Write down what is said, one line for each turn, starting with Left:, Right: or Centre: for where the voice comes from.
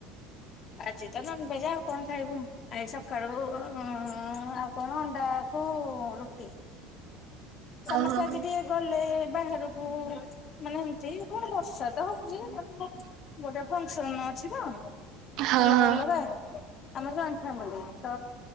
Left: ଆଜି ତ ନନ୍‌ଭେଜ୍ ଆଉ କଣ ଖାଇବୁ? ଆଇ ସକାଳୁ ଆଉ କଣ ଅଣ୍ଡାକୁ ରୁଟି? ସମସ୍ତେ
Right: ଓହୋ
Left: ଆଜି ଟିକେ ଗଲେ ବାହାରକୁ ମାନେ ଏମତି କଣ ବର୍ଷା ତ ହଉଛି? ଗୋଟେ ଫଙ୍କ୍ ସନ୍‌ ଅଛି ତ
Right: ହଁ
Left: ଅଲଗା
Right: ହଁ
Left: ଅଲଗା। ଆମର ଯୋଉ <unintelligible> ତ